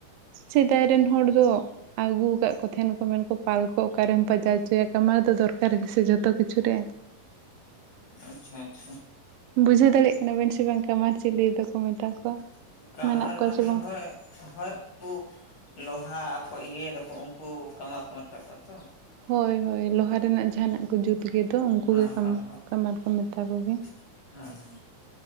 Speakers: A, on the right; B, on the left.
A: ᱥᱮᱫᱟᱭ ᱨᱮᱱ ᱦᱚᱲ ᱫᱚ ᱟᱹᱜᱩ ᱠᱟᱫ ᱠᱚ ᱛᱟᱦᱮᱱᱟᱠᱚ ᱢᱮᱱᱠᱚ ᱯᱟᱞ ᱠᱚ ᱚᱠᱟᱨᱮᱢ ᱯᱟᱡᱟᱣ ᱦᱚᱪᱚᱭᱟ ᱠᱟᱢᱟᱨ ᱫᱚ ᱫᱚᱨᱠᱟᱨ ᱜᱮᱥᱮ ᱡᱚᱛᱚ ᱠᱤᱪᱷᱩ ᱨᱮ
B: ᱟᱪᱪᱷᱟ ᱟᱪᱪᱷᱟ
A: ᱵᱩᱡᱷᱟᱹᱣ ᱫᱟᱲᱮᱭᱟᱜ ᱠᱟᱱᱟ ᱵᱮᱱ ᱥᱮ ᱵᱟᱝ ᱠᱟᱢᱟᱨ ᱪᱮᱞᱮ ᱫᱚᱠᱚ ᱢᱮᱛᱟ ᱠᱚᱣᱟ
B: <unintelligible>
A: ᱢᱮᱱᱟᱜ ᱠᱚᱣᱟ ᱥᱮ ᱵᱟᱝ?
B: ᱩᱱᱠᱩ ᱞᱳᱦᱟ ᱠᱚ ᱤᱭᱟᱹᱭ ᱫᱚᱠᱚ ᱩᱱᱠᱩ ᱠᱟᱢᱟᱨ ᱠᱚ ᱢᱮᱛᱟ ᱠᱚᱣᱟ ᱛᱚ
A: ᱦᱳᱭ ᱦᱳᱭ ᱞᱚᱦᱟ ᱨᱮᱱᱟᱜ ᱡᱟᱦᱟᱱᱟᱜ ᱠᱚ ᱡᱩᱛ ᱜᱮᱫᱚ ᱩᱱᱠᱩ
B: ᱦᱮᱸ
A: ᱜᱮ ᱠᱟᱢ
B: ᱦᱮᱸ
A: ᱠᱟᱢᱟᱨ ᱠᱚ ᱢᱮᱛᱟ ᱠᱚᱜᱮ
B: <unintelligible>